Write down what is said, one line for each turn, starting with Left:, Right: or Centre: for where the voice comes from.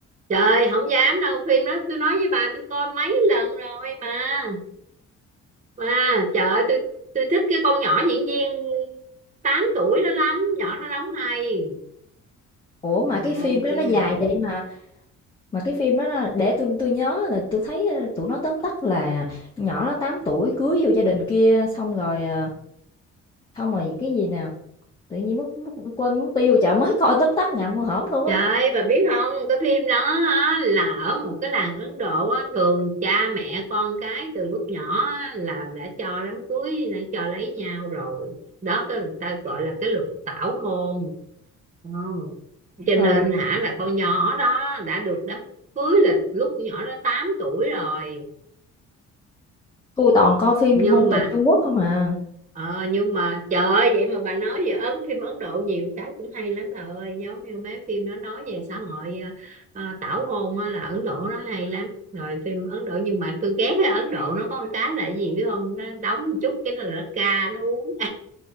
Right: Trời không dám đâu phim đó tôi nói với bà tôi coi mấy lần rồi bà bà trời ơi tôi tôi thích cái con nhỏ diễn viên 8 tuổi đó lắm nhỏ nó đóng hay
Left: Ủa, mà
Right: trời
Left: cái
Right: ơi,
Left: phim đó
Right: kìa.
Left: nó dài vậy mà mà cái phim đó nó để tôi tôi nhớ là tôi thấy, ơ, tụi nó tóm tắt là nhỏ nó 8 tuổi cưới vô gia đình kia xong rồi, à, xong rồi cái gì nè, tự nhiên mất mất quên mất tiêu, chợ mới coi tóm tắt ngậm mua hổm luôn
Right: trời
Left: á.
Right: ơi, bà biết không cái phim đó á, là ở một cái làng Ấn Độ á, thường cha mẹ con cái từ lúc nhỏ á, là đã cho đám cưới đã cho lấy nhau rồi đó cái người ta gọi là cái luật tảo hôn Ừ. Cho
Left: Ừ.
Right: nên hả là con nhỏ đó đã được đám cưới là lúc con nhỏ đó 8 tuổi rồi
Left: tôi toàn coi phim
Right: nhưng
Left: ngôn tình
Right: mà
Left: Trung Quốc không à,
Right: ờ, nhưng mà trời ơi, vậy mà bà nói về ấn phim Ấn Độ nhiều cái cũng hay lắm bà ơi giống như mấy phim nó nói về xã hội ờ, ờ, tảo hôn á là Ấn Độ nó hay lắm rồi phim Ấn Độ nhưng mà tôi ghét cái Ấn Độ nó có một cái là cái gì biết không nó đóng một chút cái nó là nó ca nó uống